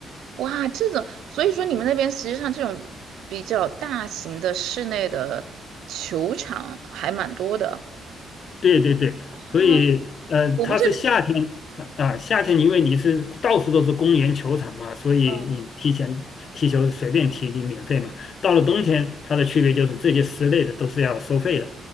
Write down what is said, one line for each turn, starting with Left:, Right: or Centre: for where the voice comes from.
Right: 哇，这种，所以说你们那边实际上这种比较大型的室内的球场还蛮多的。
Left: 对对对，
Right: 哦，
Left: 所以呃，
Right: 我们这边，
Left: 它是夏天啊，夏天因为你是到处都是公园球场嘛，所以你提前踢球是随便踢，
Right: 嗯
Left: 你免费嘛。到了冬天，它的区别就是这些室内的都是要收费的。